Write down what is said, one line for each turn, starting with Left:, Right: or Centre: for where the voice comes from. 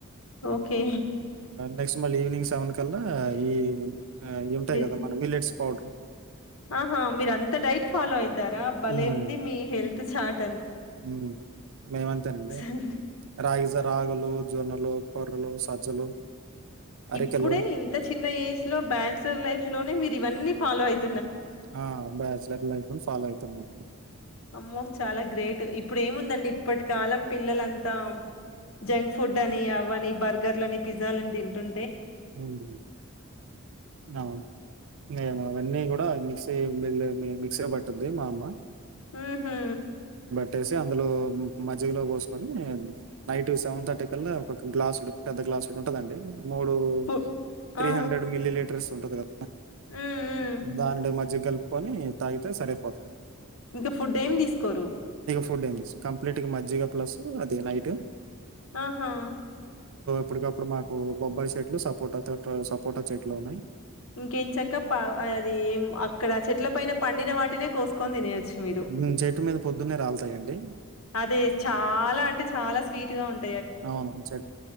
Left: okay
Right: next మళ్ళీ ఈవినింగ్ సెవెన్ కల్లా ఈ అయి ఉంటాయి
Left: ది
Right: కదా. మన మిల్లెట్స్ అవుటూ
Left: ఆహా! మీరంత డైట్ ఫాలోయిత్ తరా బలే
Right: హ్మ్.
Left: ఉంది. మీ హెల్త్ చాట్
Right: హ్మ్ మేమంతేనండి
Left: అన్నీ.
Right: రాగిజావ్ రాగులు, జొన్నలు, కొర్రలు, సజ్జలు. అరికెలు
Left: ఇప్పుడే ఇంత చిన్న ఏజ్ లో బ్యాచలర్ లైఫ్ లోనే మీర్ ఇవన్నీ ఫాలో అయిత్
Right: ఆ బ్యాచలర్ లైఫూ ఫాలో అయి పొతనండి
Left: అమ్మో చాలా గ్రేట్ ఇప్పుడు ఏముందండి. ఇప్పటి కాలం పిల్లలంతా. జంక్ ఫుడ్ అని అవని బర్గ్ బర్గర్లని, పిజ్జాలని తింటుం
Right: హ్మ్ అవున్ అవన్నీ కూడా మిక్స్ తి మీల్ మిక్సర్ పట్టుది. మా అమ్మ
Left: హ్మ్ హు
Right: కట్టేసి అందులో మజ్జిగాలో పోసుకొని. నైట్ సెవెన్ థర్టీ కల్లా ఒక గ్లాసుడు పెద్ద గ్లాసుడు ఉంటదండి. మూడు
Left: ఫు
Right: త్రీ
Left: ఆ!
Right: హండ్రెడ్ మిల్లీలీటర్స్ ఉంటదిగా
Left: హ్మ్. హ్మ్.
Right: దానేడు మజ్జిగల్ కొని తాగితే సరేపోత్ది.
Left: ఇంకా ఫుడ్ ఏం తీసుకోరు
Right: ఫుడండి స్ కంప్లీట్గా మజ్జగ ప్లస్ అది నైట్
Left: ఆహా
Right: అప్పటికప్పుడు మాకు బొబ్బాయ్ సేట్లు, సప్ పోటాతోట్లో సపోటా చెట్లు ఉన్నాయ్.
Left: ఇంకేంచక్క పా అది ఏం అక్కడ చెట్లపైన పండిన వాటినే కోసుకని తినేయాచ్ మీరు
Right: హ్మ్. చెట్టు మీద పొద్దున్నే రాలతాయండి.
Left: అదే చాలా అంటే చాలా స్వీట్ గా ఉంట్
Right: అవును చెప్